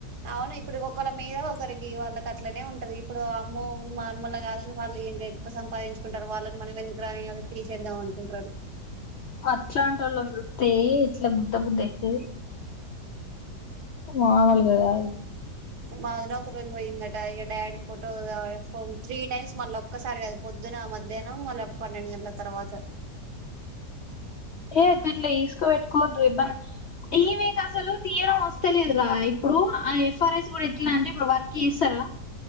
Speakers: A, on the right (about 75°); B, on the left (about 65°).
A: అవును ఇప్పుడు ఒకళ మీద ఒక్ కరికి వాళ్ళకి అట్లనే ఉంటది. ఇప్పుడు అమ్మో మామ్ములా గాదని వాళ్ళు, ఇంకా ఎక్కువ సంపాదించుకుంటారు. వాళ్ళని మనమెందుకు రానియ్యాలా తీసేద్దాం అనుకుంట్రలు.
B: అట్లాంటోళ్ళన్ చూతే ఏట్ల గుద్ద బుద్ధ అయితది. మాముల్గా గాదు.
A: మా వదిన ఒక రోజు పోయిందట. ఇగ డాడీ ఫోటో కావల్ త్రీ టైమ్స్ మళ్ళీ ఒక్కసారి కాదు. పొద్దున్న మధ్యాహ్నం, మళ్ళ పన్నెండు గంట్ల తర్వాత.
B: హేగాట్లా ఎస్ పెట్టుకోవద్దు. ఇబ్బంద్ ఈమేకసలు తీయడం వస్త లేదురా. ఇప్పుడు ఆ ఎఫ్. ఆర్. ఎస్ ఇప్పుడు ఎట్లా అంటే. ఇప్పుడు వర్క్ చేస్తార్ గా.